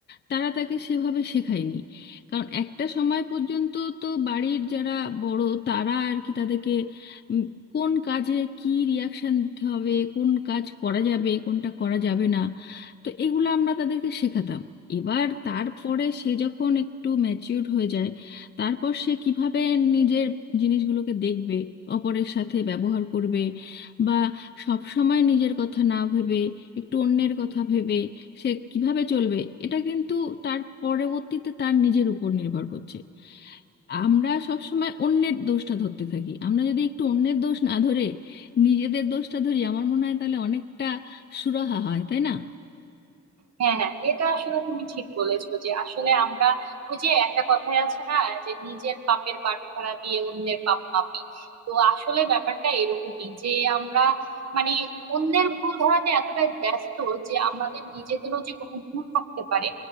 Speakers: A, on the left (about 35°); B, on the right (about 60°).
A: তারা তাকে সেভাবে শেখায়নি কারণ একটা সময় পর্যন্ত তো বাড়ির যারা বড় তারা আর কি তাদেরকে উম, কোন কাজে কি রিয়াকশন দিতে হবে কোন কাজ করা যাবে কোনটা করা যাবে না তো এগুলো আমরা তাদেরকে শেখাতাম এবার তারপরে সে যখন একটু ম্যাচিউর হয়ে যায় তারপর সে কিভাবে নিজের জিনিসগুলোকে দেখবে অপরের সাথে ব্যবহার করবে বা সব সময় নিজের কথা না ভেবে একটু অন্যের কথা ভেবে সে কিভাবে চলবে এটা কিন্তু তার পরবর্তীতে তার নিজের উপর নির্ভর করছে আমরা সব সময় অন্যের দোষটা ধরতে থাকি আমরা যদি একটু অন্যের দোষ না ধরে নিজেদের দোষটা ধরি আমার মনে হয় তাহলে অনেকটা সুরাহা হয় তাই না
B: হ্যাঁ হ্যাঁ এটা আসলে তুমি ঠিক বলেছো যে আসলে আমরা ওই যে একটা কথাই আছে না যে নিজের পাপের বাটখারা দিয়ে অন্যের পাপ মাপি তো আসলে ব্যাপারটা এরকমই যে আমরা মানে অন্যের ভুল ধরাতে এতটাই ব্যস্ত যে আমাদের নিজেদেরও যে কোনো ভুল থাকতে পারে